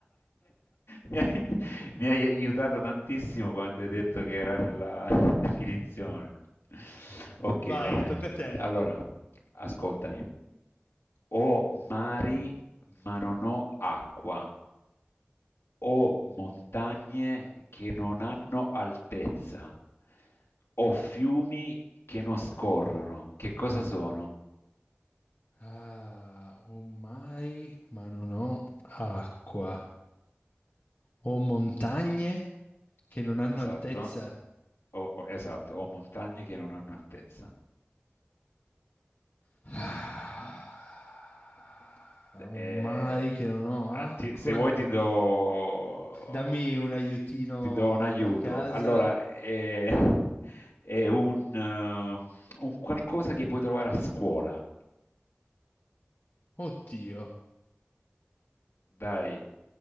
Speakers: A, on the left; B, on the left.
A: mi hai- mi hai- mi hai aiutato tantissimo quando hai detto che era nella <laughs> definizione. Ok,
B: Vai,
A: va bene.
B: tocca a te.
A: Allora, ascoltami. Ho mari, ma non ho acqua o montagne che non hanno altezza, o fiumi che non scorrono. Che cosa sono?
B: Ah, ho mai, ma non ho acqua. Ho montagne che non hanno
A: Esatto.
B: altezza.
A: O, o- esatto, o montagne che non hanno altezza.
B: Ah, Un
A: Eh,
B: mai che non ho acque.
A: ah, ti- se vuoi ti do,
B: Dammi un aiutino
A: ti do un aiuto.
B: da casa.
A: Allora, è, è un, eh, un qualcosa che puoi trovare a scuola.
B: Oddio,
A: Dai,